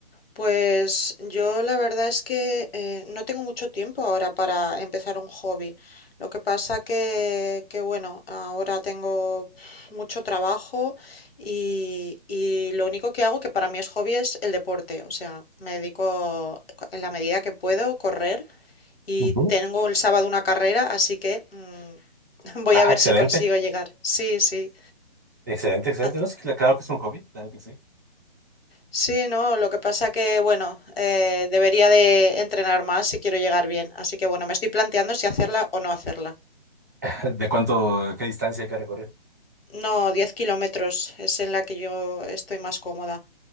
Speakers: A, on the left; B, on the right.
A: Pues yo la verdad es que eh, no tengo mucho tiempo ahora para empezar un hobby. Lo que pasa que, que bueno, ahora tengo mucho trabajo y, y lo único que hago, que para mí es hobby, es el deporte. O sea, me dedico en la medida que puedo correr y
B: Ujú.
A: tengo el sábado una carrera, así que... mm, Voy
B: Ah,
A: a ver
B: excelente,
A: si consigo llegar. Sí, sí.
B: excelente, excelente.
A: Ah,
B: No, sí, cl- claro que es un hobby, claro que sí.
A: Sí, no, lo que pasa que, bueno, eh, debería de entrenar más si quiero llegar bien. Así que, bueno, me estoy planteando si hacerla o no hacerla.
B: <laughs> ¿De cuánto, qué distancia hay que recorrer?
A: No, 10 kilómetros es en la que yo estoy más cómoda.